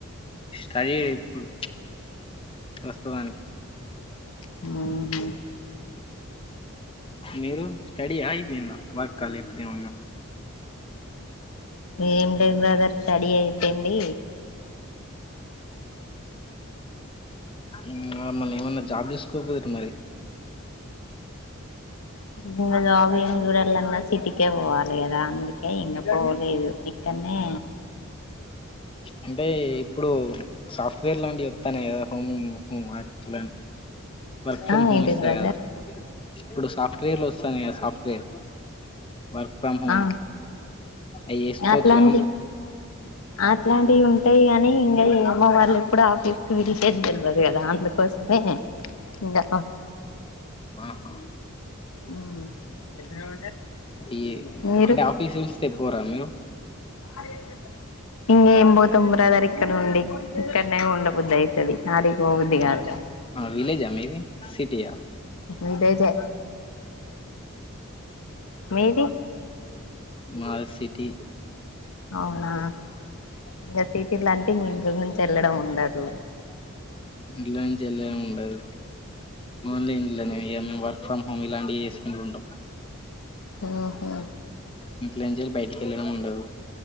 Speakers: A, on the left; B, on the left.
A: స్టడీ ఇప్పుడు ప్రస్తుతానికి
B: ఆ
A: మీరు స్టడీ అయిపోయినా వర్క్ హా లేపోతే ఏమన్నా
B: ఏం లేదు బ్రదర్ స్టడీ అయిపోంది
A: ఇంకా మళ్ళీ ఏం జాబ్ చూస్కోపో మరి
B: ఇంగ జాబ్ చూడలన్నా సిటీకి పోవాలి గద అందుకు కే ఇంగ పోలేదు ఇక్కనే
A: అంటే ఇప్పుడు సాఫ్ట్వేర్ లాంటివి వస్తానాయి కదా హోమ్ క్ల వర్క్ ఫ్రమ్
B: ఆ
A: హోమ్
B: ఏంటిది
A: ఇస్తారు
B: బ్రదర్
A: కదా ఇప్పుడు సాఫ్ట్వేర్ లో వస్తాన సాఫ్ట్వేర్ వర్క్ ఫ్రమ్ హోమ్
B: ఆ
A: అవి చేసుకోవచ్చుగా
B: అట్లాంటి అట్లాంటివి ఉంటాయి కా ఇంగ ఏమో వాళ్లు ఎప్పుడు ఆఫీస్ కి పిలిచేది తెలవదు కదా అందుకోసమే. ఇంకా
A: ఆహా
B: ఆ
A: ఈ
B: మీరు
A: అంటే ఆఫీస్ పిలిస్తే పోరా మీరు
B: అదే <inaudible> ఇంక ఏం పోతావు బ్రదర్ ఇక్కడ నుండి ఇక్కడనే ఉండబుద్ధి అవుతుది ఆడిగి పో బుద్ధి కాదు ఇగ.
A: విలేజ్ హా మీది సిటీయా
B: విలేజ్ ఏ మీది
A: మాది సిటీ
B: అవునా ఇంక సీటీ అంటే ఇంట్లో నుంచి వెళ్ళడం. డదు
A: ఇంట్లో నుంచి వెళ్లడమే ఉండదు ఓన్లీ ఇంట్లోనే ఇగ ఫ్రమ్ హోమ్ ఇలాంటివి చేసుకుంట ఉంటాం.
B: హుహు
A: ఇంట్లో నుంచి బయటికి వెళ్ళడం ఉండదు